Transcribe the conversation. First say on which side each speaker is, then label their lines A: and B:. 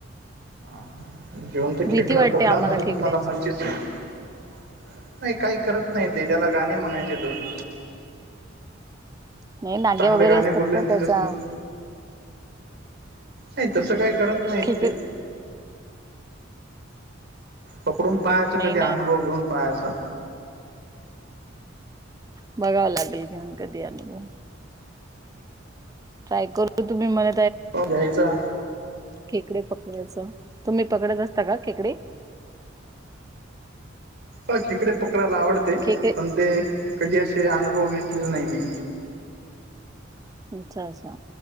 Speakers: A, on the right; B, on the right.
A: हा जिंवत
B: भीती
A: खेकडा
B: वाटते
A: पकडा
B: आम्हाला
A: म्हणजे
B: खेकड्याची
A: तुम्हाला मच्छिच नाही काही करत नाही, ते ज्याला गाणे म्हणायचे दोन
B: नाही नागे
A: चांगले
B: वगैरे
A: गाणे
B: असतात
A: बोलले ना
B: त्याच्या
A: तिच्यासमोर नाही तसं काही करत नाहीत
B: खेकड
A: ते पकडून पाहायचं
B: नाही
A: कधी अनुभव घेऊन पाहायचा...
B: बघाव लागेल घेऊन कधी अनुभव... ट्राय करू तुम्ही म...
A: हो घ्यायचा...
B: खेकडे पकडयचं तुम्ही पकडत असता का खेकडे...
A: अ खेकडे पकडायला आवडते
B: खेकडे
A: पण ते कधी असे अनुभव घेत... घतलेलं नाही मी...
B: अच्छा अच्छा